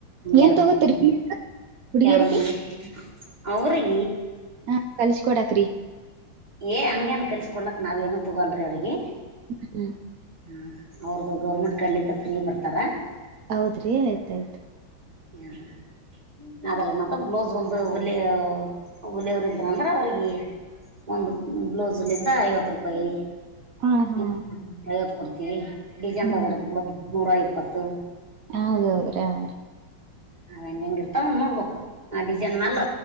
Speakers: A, on the right; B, on the right.
A: ಒಂದ
B: ಏನ್
A: ಎರಡು
B: ತಗೋತರಿ
A: ಮೂರ್ ನಿಮಿಷ
B: ಫೀಸ್ ಹುಡುಗಿಯರಿಗೆ
A: ಎರಡ್ ಮೂರ್ ನಿಮ ಹೌರಿ
B: ಹಾ ಕಲ್ಸಕೊಡಕ್ರಿ.
A: ಏ ಹಂಗೆನ್ ಕಲ್ಸ್ಕಡ್ಲಕ್ ನಾವ್ ಏನು ತೊಗೋಲ್ರಿ ಅವ್ರಿಗೆ.
B: ಹ್ಮ್ ಹ್ಮ್
A: ಹ ಅವ್ರದುು ಗೌರ್ಮೆಂಟ್ ಕಡ್ಲಿಂದ ಫ್ರೀ ಬರ್ತಾರಾ.
B: ಹೌದ್ರಿ ಆಯ್ತಾಯ್ತು.
A: ಹ ಆದ್ರ ಏನಂದ್ರ ಬ್ಲೌಸ್ ವಲ್ದು ಹುಲಿ ಹೊಲಿಯವರು ಇದ್ರ ಅಂದ್ರ ಅವ್ರಿಗ್ ಒಂದು ಬ್ಲೌಸ್ ಹೊಲ್ದಿದ್ದ ಐವತ್ತು ರೂಪಾಯಿ.
B: ಹಾ ಹಾ
A: <unintelligible> ಐವತ್ತು ಕೊಡ್ತೀವಿ ಡಿಸೈನ್ದಾಗ
B: ಹ್ಮ್
A: ಹೊಲ್ದ್ರೆ ನೂರ ಇಪ್ಪತ್ತು.
B: ಹೌದೌದ್ರಿ ಹಾರಿ.
A: ಅವ್ ಹೆಂಗೆಂಗ್ ಇರ್ತಾವ ನೋಡ್ಬೆಕು ಆ ಡಿಸೈನ್ ಮ್ಯಾಲ